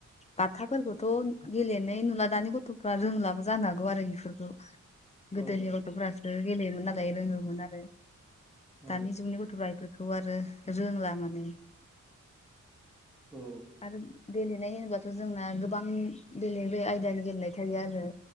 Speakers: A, on the left; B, in the centre.
A: बाथाफोरखौथ' गेलेनाय नुला दानि गथ'फ्रा रोंलाबो जानो हागौ आरो बेफोरखौ गोदोनि
B: औ
A: गथ'फोरासो गेलेयोमोन नालाय रोङोमोन आरो
B: औ
A: दानि जुगनि गथ'फ्रा बेफोरखौ बेखौ आरो रोंला माने
B: औ
A: आरो गेलेनाय होनोबाथ' जोंना गोबां बेलेग -बेेलेग आयदानि गेलेनाय थायो आरो